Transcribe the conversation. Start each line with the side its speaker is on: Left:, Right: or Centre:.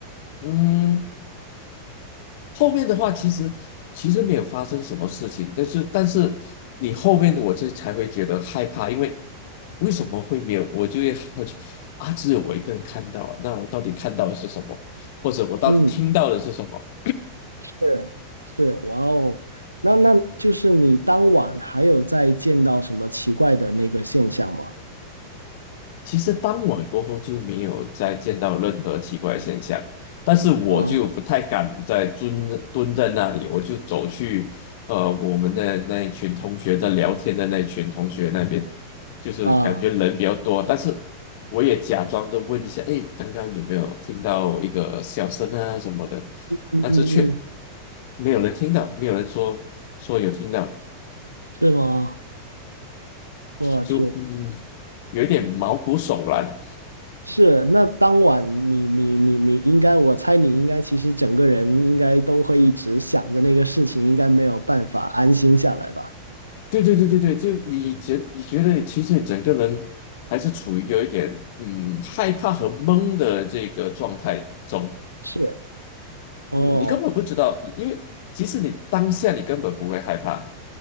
Left: 嗯，后面的话其实其实没有发生什么事情，但是但是你后面的我这才会觉得害怕，因为为什么会没有？我就会会去啊，只有我一个人看到啊，那我到底看到的是什么，或者我到底听到的是什么？
Right: 嗯，是是，哇哦，那那就是你当晚还有再见到什么奇怪的那个现象吗？
Left: 其实当晚过后就没有再见到任何奇怪现象，但是我就不太敢再蹲蹲在那里，
Right: 啊
Left: 我就走去呃我们的那一群同学在聊天的那一群同学那边，就是感觉人比较多，
Right: 啊，
Left: 但是我也假装的问一下，哎，刚刚有没有听到一个笑声啊什么的，
Right: 嗯嗯嗯，
Left: 但是却没有人听到，没有人说说有听到，
Right: 是吗？我去，
Left: 就嗯有一点毛骨悚然。
Right: 是，那当晚你你你你应该，我猜你应该其实整个人应该都会一直想着那个事情，应该没有办法安心下来吧？
Left: 对对对对对，就你觉你觉得其实整个人还是处于有一点嗯害怕和懵的这个状态中，
Right: 是，哦，
Left: 嗯，你根本不知道，因为其实你当下你根本不会害怕，